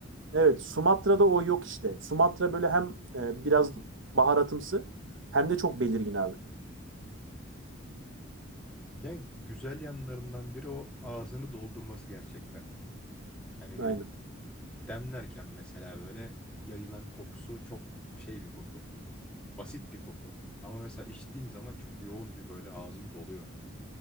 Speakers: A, on the right; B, in the centre.
A: evet Sumatra'da o yok işte. Sumatra böyle hem e, biraz baharatımsı hem de çok belirgin abi.
B: Yani güzel yanlarından biri o ağzını doldurması gerçekten. Hani
A: Aynen.
B: bir Demlerken mesela böyle yayılan kokusu çok şey bir koku. Basit bir koku. Ama mesela içtiğin zaman çok yoğun bir böyle ağzın doluyor.